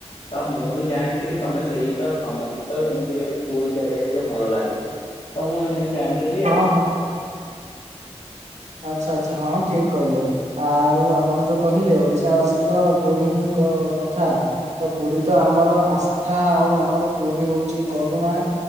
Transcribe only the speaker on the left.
ତ ମୁଁ ବି ଜାଣିଥିଲି ତମେ ସେଇ ତ ତମକୁ ତ ଏମିତିରେ ବି ପୁରୀ ଜାଗାରେ ଟିକେ ଭଲ ଲାଗେ। ତ ମୁଁ ଏମିତି ଜାଣିଦେଲି
ଆଉ।